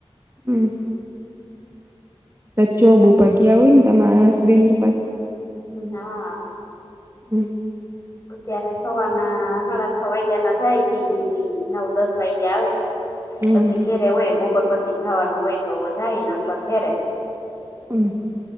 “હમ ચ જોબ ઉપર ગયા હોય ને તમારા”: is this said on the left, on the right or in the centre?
Right